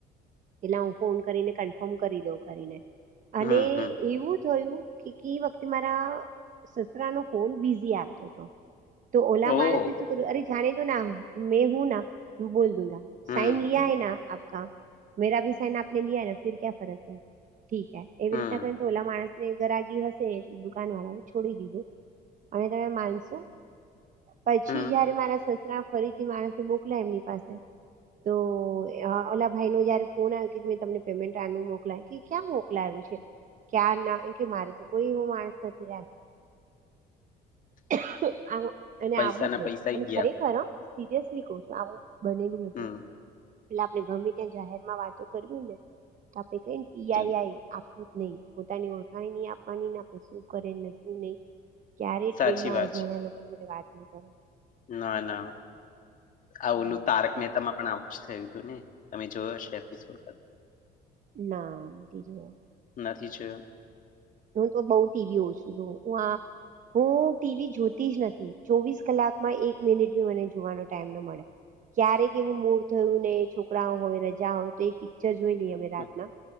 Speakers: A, on the right (about 50°); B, on the left (about 50°).
A: એટલા હું ફોન કરીને કન્ફર્મ કરી દઉ કરીને
B: હમ્મ,
A: અને
B: હમ્મ.
A: એવું થયું કે વખતે મારા સસરા નો ફોન બિઝી આવતો હતો. તો ઓલા
B: ઓ
A: માણસે શું કર્યું અરે જાણે તો ના મેં હું ના બોલ દિયા
B: હમ
A: સાઇન લિયા હૈ ના, આપકા મેરા ભી સાઇન આપને લિયા ના ફ ક્યા ફરક હૈ ઠીકે એવી
B: હમ
A: રીતના કર થોલા માણસ ગરાગી હશે દુકાન વાળા એ છોડી દીધું અને તમે માનશો પછી
B: હમ
A: જયારે મારા, સસરા ફરીથી માણસે મોકલા એમની પાસે તો ઓલા ભાઈ ન જયારે ફોન આવ કે, મેં તમને પેમેન્ટ આ મોકલાય કે ક્યાં મોકલાય્યું છે. ક્યાં ના કે મારે તો કોઈ એવું માણસ નથી. રાખ અને
B: પૈસા
A: આવું
B: ના
A: થય
B: પૈસા
A: અને
B: ઈ ગયા
A: ખરેખરમ સિરિયસલી કહ છું, આવું બનેલું હતું.
B: હમ
A: એટલે આપણે ગમે ત્યાં જાહેર માં વાતો કરવી ને તો, આપડે કઈ ને પીઆઈઆઈ
B: તો
A: આપવું જ નહીં પોતાની ઓળખાણી ન આપવાનીને શું કરેને શું નહી, ક્યારે ટ્રેનમાં
B: સાચી વાત છે
A: વાત ન કરે
B: ના, ના
A: હમ.
B: આ ઓલું તારક મેહેહતામાં પણ આવું જ થયું હતું ને તમે જોયો હશે એપસોડ
A: ના નથી જવાબ
B: નથી છે.
A: હું તો બહ ટીવી ઓછું છું, હું, હું. ટીવી જોતી જ નથી ચોવીસ કલાક માં એક મિનિટ બી મને જોવાનો ટાઈમ ન મળે ક્યારેક એવું મૂળ થયું ને છોકરાઓ હોય રજા હોય તો એક જજમે લ અમે રાતના
B: હમ